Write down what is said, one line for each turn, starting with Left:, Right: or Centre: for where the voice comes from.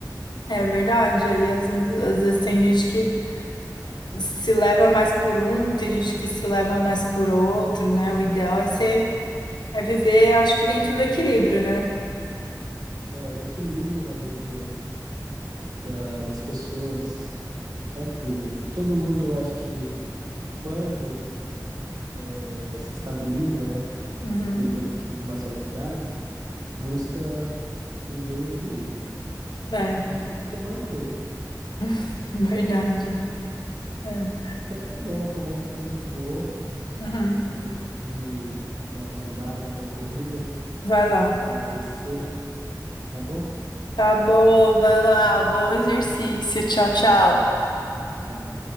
Left: É verdade. Aí às vezes, às vezes tem gente que se leva mais por um, tem gente que se leva mais por outro, né? O ideal é ser É viver, acho que dentro do equilíbrio, né?
Right: É, o equilíbrio na vida da- das pessoas é tudo. Todo mundo, eu acho que quando é, se estabiliza, né?
Left: Uhum.
Right: Depois que de uma certa idade, busca viver o equilíbrio.
Left: É,
Right: Difícil é manter.
Left: <laughs> verdade. É.
Right: Então tá bom, a conversa tá muito boa.
Left: Uhum.
Right: Eu vou ali dar uma andada, uma corrida,
Left: Vai lá.
Right: me aquecer, tá bom?
Left: Tá bom, vai lá. Bom exercício. Tchau, tchau.
Right: Tchau.